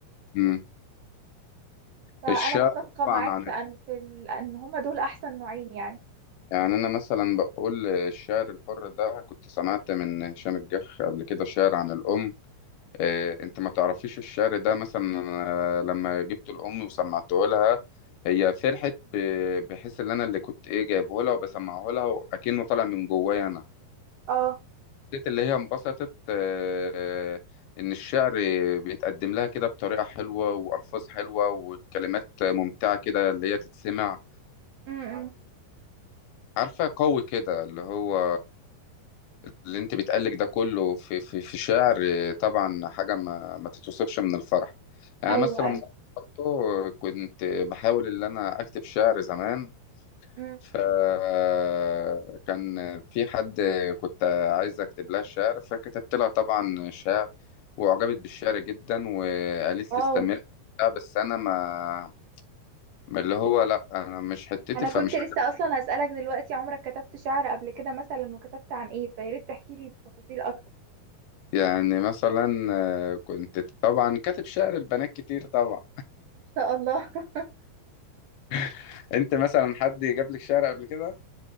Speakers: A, on the left (about 75°); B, on the right (about 70°).
A: مم.
B: فأنا
A: الشعر
B: متفقة معاك
A: طبعا عن
B: في أن في ال- إن هما دول أحسن نوعين يعني
A: يعني انا مثلا بقول الشعر الحر ده كنت سمعت من هشام الجح قبل كده شعر عن الام إيه انت ما تعرفيش الشعر ده مثلا أنا لما جبت الام وسمعته لها هي فرحت ب- بحس ان انا اللي كنت ايه جايبه لها وبسمعه لها وأكنه طالع من جوايا انا
B: اه
A: حسيت اللي هي انبسطت آه، ان الشعر بيتقدم لها كده بطريقة حلوة والفاظ حلوة وكلمات ممتعة كده اللي هي تتسمع
B: م- م.
A: عارفة قوي كده اللي هو اللي انت بتقلك ده كله في في في شعر طبعا حاجة ما ما تتوصفش من الفرح يعني
B: أيوه
A: مثلا
B: أيوه
A: برضه كنت بحاول ان انا اكتب شعر زمان
B: مم.
A: فكان في حد كنت عايز اكتب لها شعر فكتبت لها طبعا شعر واعجبت بالشعر جدا وقالت
B: واو
A: لي استمر وبتاع، بس انا ما ما اللي هو لا انا مش حتتي
B: انا
A: فمش
B: كنت لسه اصلا هسألك دلوقتي عمرك كتبت شعر قبل كده مثلا وكتبت عن ايه فيا ريت تحكي لي بتفاصيل اكتر
A: يعني مثلا آه، كنت طبعا كاتب شعر البنات كتير طبعا
B: ان شاء الله <laughs>
A: <laughs> انت مثلا حد جاب لك شعر قبل كده